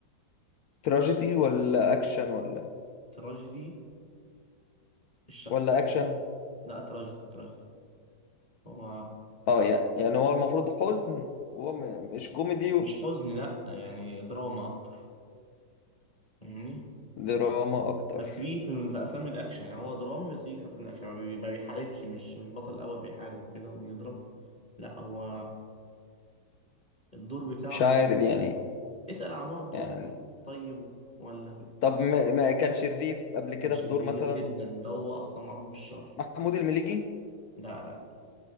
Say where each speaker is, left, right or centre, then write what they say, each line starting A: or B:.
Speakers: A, on the left; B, on the left.
A: تراجيدي ولا اكشن ولا
B: تراجيدي الشخصيه
A: ولا اكشن
B: لا تراجيدي تراجيدي هو
A: اه يعني يعني هو المفروض حزن وهو م- مش كوميدي و-
B: مش حزن لا يعني دراما اكتر فاهمني
A: دراما اكتر
B: بس بيجي في, في افلام الاكشن يعني هو درامي بس بيجي في افلام الاكشن ما, بي... ما بيحاربش مش مش بطل اول بيحارب وكده وبيضرب لا هو الدور بتاعه
A: مش
B: بيبقى
A: عارف يعني
B: اسأل عن نوع الدور
A: يعني
B: مثلا طيب ولا
A: طب ما, ما كان شرير قبل كده
B: كان شرير
A: في دور مثلا
B: جدا ده هو اصلا معروف بالشر
A: محمود المليجي
B: لا لا